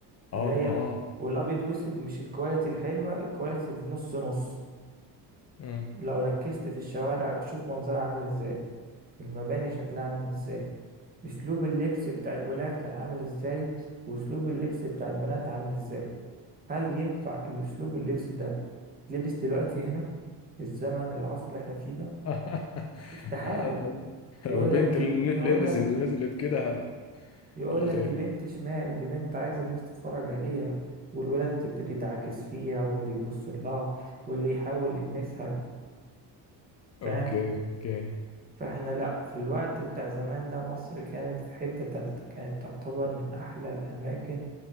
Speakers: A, on the left (about 40°); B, on the right (about 20°).
A: آه
B: اللي هي
A: آه آه
B: والأبيض وأسود مش الكواليتي الحلوة الكواليتي النص نص
A: أمم.
B: لو ركزت في الشوارع وشوف منظرها عامل ازاي المباني شكلها عامل ازاي اسلوب اللبس بتاع الولاد كان عامل ازاي واسلوب اللبس بتاع البنات عامل ازاي هل ينفع الاسلوب اللبس ده لبس دلوقتي هنا في الزمن العصر اللي احنا فيه ده
A: <laughs>
B: استحالة
A: آه، ده- لو
B: يقول
A: البنت
B: لك دي
A: اللي لبست
B: يقول لك
A: ونزلت كده هل-
B: يقول
A: يلا
B: لك
A: خير
B: دي بنت شمال دي بنت عايز الناس تتفرج عليها والولاد تبتدي تعاكس فيها واللي يبص لها واللي يحاول يلمسها فاهم
A: أوكي أوكي
B: فاحنا لا في الوقت بتاع زمان ده مصر كانت في حتة تالتة كانت تعتبر من احلى الاماكن